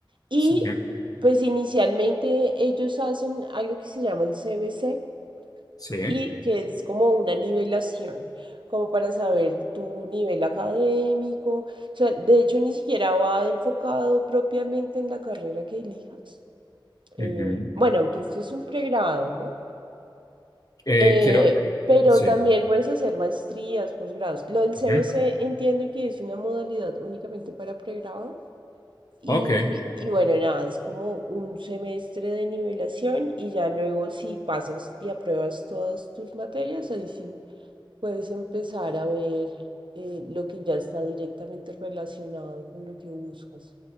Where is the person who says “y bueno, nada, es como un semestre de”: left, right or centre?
Right